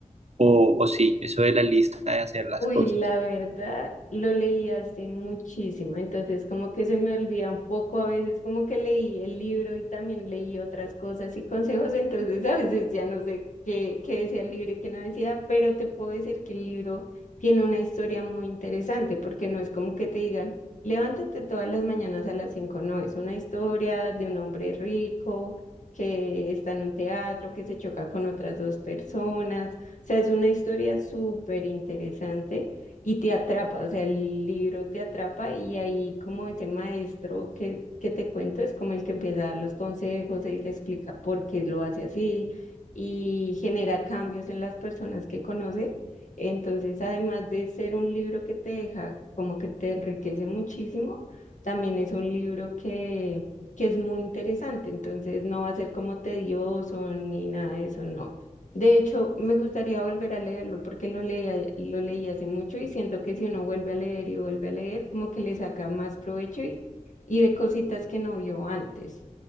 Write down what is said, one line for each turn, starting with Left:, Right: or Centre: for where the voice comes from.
Right: o, o sí, eso de la lista de hacer las
Left: Uy,
Right: cosas.
Left: la verdad, lo leí hace muchísimo, entonces como que se me olvida un poco a veces, como que leí el libro y también leí otras cosas y consejos, entonces <laughs> a veces ya no sé qué, qué decía el libro y qué no decía, pero te puedo decir que el libro tiene una historia muy interesante, porque no es como que te digan, levántate todas las mañanas a las cinco, no, es una historia de un hombre rico que está en un teatro, que se choca con otras dos personas sea, es una historia súper interesante y te atrapa, o sea, el libro te atrapa y ahí como ese maestro que, que te cuento es como el que empieza a dar los consejos, el que explica por qué lo hace así y genera cambios en las personas que conoce. Entonces, además de ser un libro que te deja, como que te enriquece muchísimo, también es un libro que, que es muy interesante, entonces no va a ser como tedioso ni nada de eso, no. De hecho, me gustaría volver a leerlo porque lo leí, lo leí hace mucho y siento que si uno vuelve a leer y vuelve a leer, como que le saca más provecho y, y ve cositas que no vio antes.